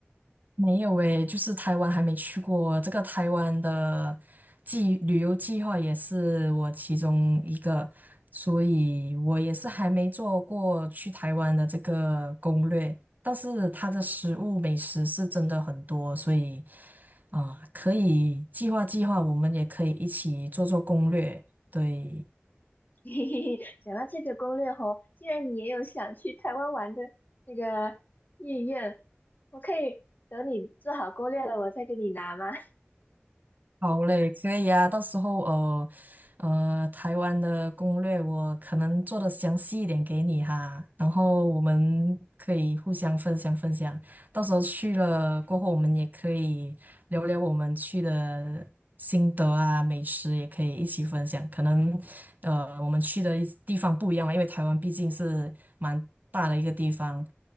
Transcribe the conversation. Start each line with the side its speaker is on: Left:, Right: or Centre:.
Right: 没有诶，就是台湾还没去过。这个台湾的计旅游计划也是我其中一个，所以我也是还没做过去台湾的这个攻略。但是它的食物美食是真的很多，所以啊，可以计划计划，我们也可以一起做做攻略。对。
Left: <laughs> 嘿嘿嘿，讲到这个攻略吼，既然你也有想去台湾玩的那个意愿，我可以等你做好攻略了，我再给你拿吗？
Right: 好嘞，可以啊。到时候呃呃，台湾的攻略我可能做的详细一点给你哈，然后我们可以互相分享分享。到时候去了过后，我们也可以聊聊我们去的心得啊，美食也可以一起分享。可能呃，我们去的一地方不一样嘛，因为台湾毕竟是蛮大的一个地方，